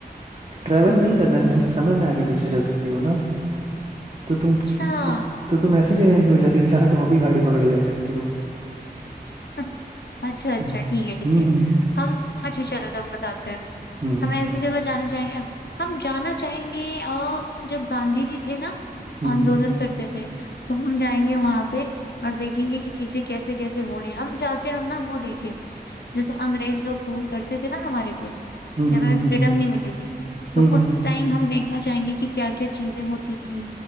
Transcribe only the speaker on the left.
हाँ
अच्छा
<laughs> अच्छा अच्छा
ठीक है ठीक है
हम अच्छा चलो तो हम बताते हैं
हम ऐसी जगह जाना चाहेंगे हम जाना चाहेंगे अ, जब गांधी जी थे ना
आंदोलन करते थे तो हम जाएंगे वहां पे और देखेंगे कि चीजें कैसे कैसे हो रही है हम चाहते हम ना वो देखें जैसे अंग्रेज लोग रूल करते थे ना हमारे पे
जब हमें
फ्रीडम
नहीं मिली थी तो
उस
टाइम हम देखना चाहेंगे कि क्या क्या चीजें होती थी